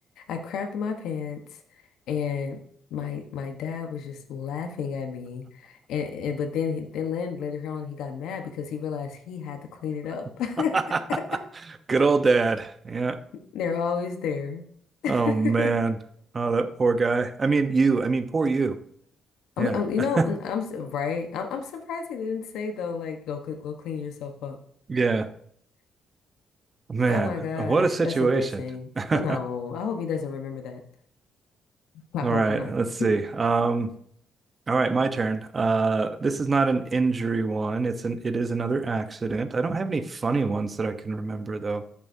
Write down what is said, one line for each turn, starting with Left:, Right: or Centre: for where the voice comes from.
Left: crapped my pants and my my dad was just laughing at me. And, and but then he, then Len later on he got mad because he realized he had to clean it up.
Right: <laughs>
Left: <laughs>
Right: Good old dad. Yeah.
Left: They're always there.
Right: Oh
Left: <laughs>
Right: man. Oh, that poor guy. I mean you. I mean poor you.
Left: I'm,
Right: Yeah.
Left: I'm you
Right: <laughs>
Left: know I'm, I'm su- right. I'm, I'm surprised he didn't say though like go c- go clean yourself up.
Right: Yeah. Man,
Left: Oh my gosh,
Right: what a situation.
Left: that's embarrassing.
Right: <laughs> All
Left: I know. I hope he doesn't remember that. I
Right: right,
Left: hope not.
Right: let's see.
Left: <laughs>
Right: Um, all right, my turn. Uh, this is not an injury one. It's an it is another accident. I don't have any funny ones that I can remember though.